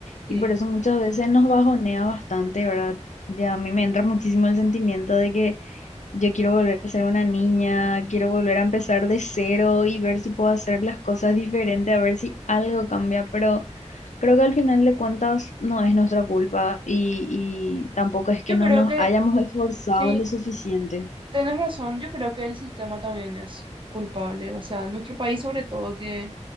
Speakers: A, on the right; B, on the left.
A: sí.
B: Y por eso muchas veces nos bajonea bastante, ¿verdad? Ya a mí me entra muchísimo el sentimiento de que yo quiero volver a ser una niña, quiero volver a empezar de cero y ver si puedo hacer las cosas diferente, a ver si algo cambia, pero... Creo que al final de cuentas no es nuestra culpa y, y tampoco es que
A: Yo
B: no
A: creo
B: nos
A: que
B: hayamos esforzado
A: sí.
B: lo suficiente.
A: Tenés razón, yo creo que el sistema también es culpable, o sea, nuestro país sobre todo que